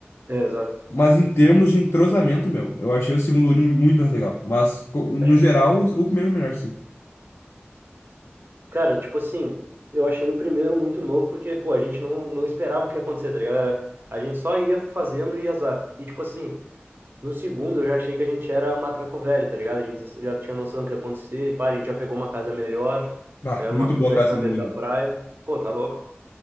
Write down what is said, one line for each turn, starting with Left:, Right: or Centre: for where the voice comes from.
Right: É, exato.
Left: Mas em termos de entrosamento, meu, eu achei o segundo Uni muito mais legal. Mas, co- no
Right: Acho.
Left: geral, o, o primeiro é o melhor, sim.
Right: Cara, tipo assim, eu achei o primeiro muito novo porque, pô, a gente não, não esperava o que ia acontecer, tá ligado? Era- A gente só ia fazendo e azar. E, tipo assim, no segundo eu já achei que a gente era macaco velho, tá ligado? A gente já tinha noção do que ia acontecer e, pá, a gente já pegou uma casa melhor, tá
Left: Ah,
Right: ligado?
Left: muito
Right: Uma casa
Left: boa cara,
Right: ali
Left: o
Right: na
Left: segundo
Right: beira
Left: Uni,
Right: da
Left: meu.
Right: praia. Pô, tá louco.